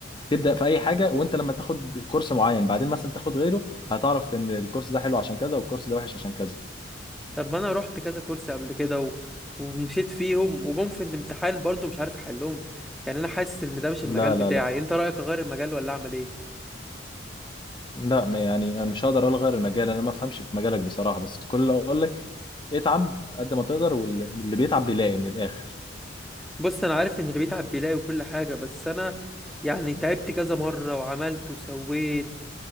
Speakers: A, on the left; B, in the centre.
A: تبدا في اي حاجه وانت لما تاخد كورس معين بعدين مثلا تاخد غيره هتعرف ان الكورس ده حلو عشان كذا والكورس ده وحش عشان كذا
B: طب ما انا رحت كذا كورس قبل كده و... ومشيت فيهم وجم في الامتحان برضو مش عارف احلهم يعني انا حاسس ان ده مش المجال
A: لا
B: بتاعي
A: لا لا
B: انت رأيك اغير المجال ولا اعمل ايه
A: لا ما- يعني انا مش هقدر الغي المجال انا ما افهمش في مجالك بصراحه بس كل اللي اقول لك اتعب قد ما تقدر واللي اللي بيتعب بيلاقي من الاخر
B: بص انا عارف ان اللي بيتعب بيلاقي وكل حاجة بس انا يعني تعبت كذا مرة وعملت وسويت